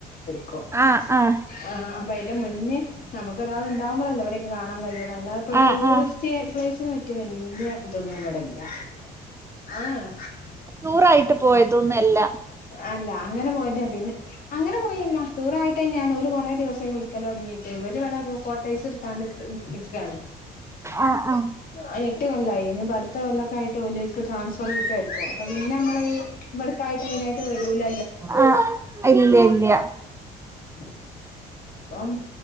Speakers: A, on the left (about 55°); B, on the right (about 15°).
A: ക്കും.
B: ആഹ് ആഹ്
A: ആ അപ്പൊ അയിന്റെ മുന്നേ നമ്മക്കൊരാൾ ഉണ്ടാകുമ്പോളല്ലേ ഇവിടൊക്കെ കാണാൻ കഴിയൊള്ളു. അല്ലാതെപ്പൊ
B: ആഹ്
A: ടൂറിസ്റ്റ്
B: ആഹ്
A: പ്ലേസിന് പറ്റിയ വല്യ ഇതൊന്നും വടെല്ല ആഹ്
B: ടൂറായിട്ട് പോയതൊന്നല്ല
A: അല്ല അങ്ങനെ പോയത് പിന്നെ അങ്ങനെ പോയല്ല ടൂർ ആയിട്ടെന്നെയാണ് ഓല് കുറേ ദിവസായി വിളിക്കലോടങ്ങീട്ട് ഇവര് ഇവിടെ കോട്ടൈസ്ടുത്താണ്ട് നിക്കാണ്
B: ആ ആ
A: ആ എട്ട് കൊല്ലായി ഞി അട്ത്ത കൊല്ലക്കായ്ട്ട് ഓലേക്ക് ട്രാൻസ്ഫറ് കിട്ടായ്രിക്കൊ അപ്പ പിന്നെ അമ്മളീ വട്ക്കായ്ട്ട് അയ്നായ്ട്ട് വരൂല
B: ആ അ ഇല്ല ഇല്ല്യ
A: <inaudible> പ്പം